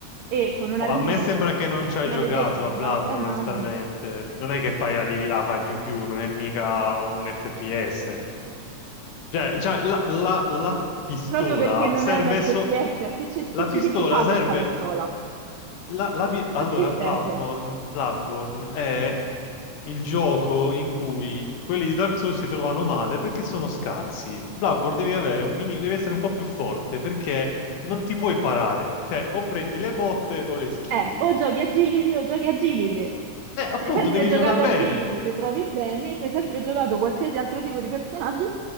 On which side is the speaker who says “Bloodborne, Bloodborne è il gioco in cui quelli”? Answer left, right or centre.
Left